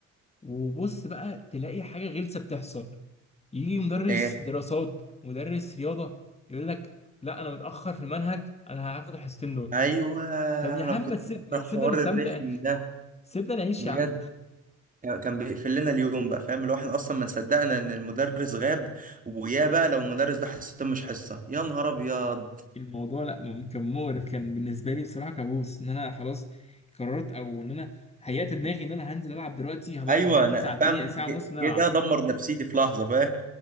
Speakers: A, on the left; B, on the right.
A: وبص بقى تلاقي حاجه غلسه بتحصل يجي مدرس
B: ايه
A: دراسات مدرس رياضه يقول لك لا انا متاخر في المنهج انا هاخد الحصتين دول
B: ايوه
A: طب يا
B: انا
A: عم
B: كنت
A: ما تسيب
B: بكره
A: ما
B: حوار
A: تسيبنا نستمتع
B: الرخم ده
A: <laughs> سيبنا نعيش
B: بجد
A: يا عم
B: كان كان بيقفل لنا اليوم بقى فاهم اللي هو احنا اصلا ما صدقنا ان المدرس غاب ويا بقى لو المدرس ده حصتين مش حصه يا نهار ابيض
A: الموضوع لا م- كان مقرف كان بالنسبه لي بصراحه كابوس ان انا خلاص قررت او ان انا هيأت دماغي ان انا هنزل العب دلوقتي هضيع
B: ايوه
A: من حياتي
B: انا
A: ساعتين
B: فاهم
A: ساعه
B: جه
A: ونص ان انا
B: جه
A: العب
B: ده دمر نفسيتي في لحظه فاهم